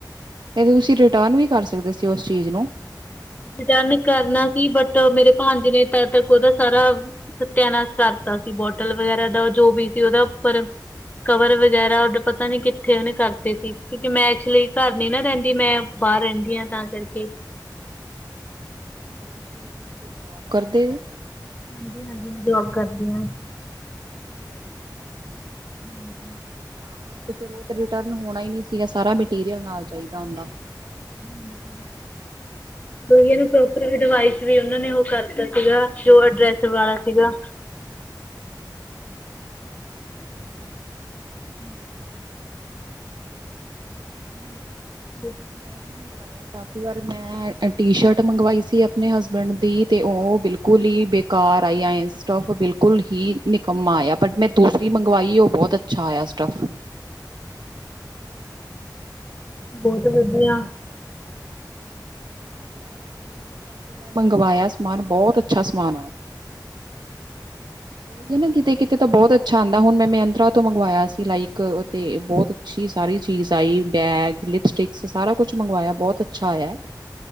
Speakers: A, on the right; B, on the left.
A: ਇਹ ਤੁਸੀਂ ਰਿਟਰਨ ਵੀ ਕਰ ਸਕਦੇ ਸੀ, ਉਸ ਚੀਜ਼ ਨੂੰ।
B: ਰਿਟਰਨ ਕਰਨਾ ਸੀ, ਬਟ ਮੇਰੇ ਭਾਣਜੇ ਨੇ ਤਦ ਤੱਕ ਉਹਦਾ ਸਾਰਾ ਸਤਿਆਨਾਸ਼ ਕਰਤਾ। ਬੋਟਲ ਵਗੈਰਾ ਦਾ ਜੋ ਵੀ ਸੀ, ਉਹਦਾ ਉੱਪਰ ਕਵਰ ਵਗੈਰਾ ਉਡੇ ਪਤਾ ਨੀ ਕਿੱਥੇ ਉਹਨੇ ਕਰਦੇ ਸੀ, ਕਿਉਂਕਿ ਮੈਂ ਏਕਚੁਲੀ ਘਰ ਨੀ ਨਾ ਰਹਿੰਦੀ ਮੈਂ ਬਾਹਰ ਰਹਿੰਦੀ ਆ ਤਾਂ ਕਰਕੇ।
A: ਤੁਸੀ, ਕੋਈ ਜੋਬ ਕਰਦੇ ਜੇ?
B: ਹਾਂਜੀ-ਹਾਂਜੀ ਮੈਂ ਜੋਬ ਕਰਦੀ ਹਾਂ।
A: ਓਕੇ ਓਕੇ, ਠੀਕ ਹੈ। ਠੀਕ ਹੈ।
B: ਹੂੰ-ਹੂੰ।
A: ਹਾਂ, ਤੇ ਫਿਰ ਉਹ ਰਿਟਰਨ ਹੋਣਾ ਹੀ ਨਹੀਂ ਸੀਗਾ, ਸਾਰਾ ਮਟੀਰੀਅਲ ਨਾਲ ਹੋਣਾ ਚਾਹੀਦਾ।
B: ਹੂੰ-ਹੂੰ। ਏ ਨੂੰ ਪ੍ਰੋਪਰ
A: ਹਾਂ
B: ਅਡਵਾਈਸ ਵੀ ਉਹਨਾਂ ਨੇ ਉਹ ਕਰਤਾ ਸੀਗਾ, ਜੋ ਅਡਰੈਸ ਵਾਲਾ ਸੀਗਾ।
A: ਹਾਂ-ਹਾਂ-ਹਾਂ, ਹਾਂਜੀ-ਹਾਂਜੀ।
B: ਹੂੰ, ਹੂੰ,
A: ਮੈਂ ਵੀ ਮੰ ਮੰਗਵਾਇਆ ਕਾਫ਼ੀ ਵਾਰ, ਮੈਂ ਟੀ ਸ਼ਰਟ ਮੰਗਵਾਈ ਸੀ, ਆਪਣੇ ਹਸਬੈਂਡ ਦੀ ਤੇ ਉਹ ਬਿਲਕੁਲ ਹੀ ਬੇਕਾਰ ਆਈ, ਸਟਫ ਬਿਲਕੁਲ ਹੀ ਨਿਕੰਮਾ ਆਇਆ ਬਟ, ਮੈਂ ਦੂਸਰੀ ਮੰਗਵਾਈ ਉਹ ਬਹੁਤ ਅੱਛਾ ਆਇਆ। ਸਟਫ।
B: ਬਹੁਤ ਵਧੀਆ।
A: ਬਤ ਵਧੀਆ ਆਇਆ, ਹੁਣ ਵੀ ਵੈਸੇ ਮੈਂ ਮੰਗਵਾਇਆ ਸਮਾਨ ਬਹੁਤ ਅੱਛਾ ਸਮਾਨ ਆਇਆ। ਉਹੀ ਹੈ ਨਾ, ਕਿਤੇ ਕਿਤੇ ਤਾਂ ਬਹੁਤ ਅੱਛਾ ਆਦਾ ਹੁਣ ਮੈਂ ਮੰਤਰਾ ਤੋਂ ਮੰਗਵਾਇਆ ਸੀ ਲਾਈਕ ਤੇ ਬਹੁਤ ਅੱਛੀ। ਸਾਰੀ ਚੀਜ਼ ਆਈ ਬੈਗ, ਲਿਪਸਟਿਕਸ, ਸਾਰਾ ਕੁਛ ਮੰਗਵਾਇਆ ਬਹੁਤ ਅੱਛਾ ਆਇਆ।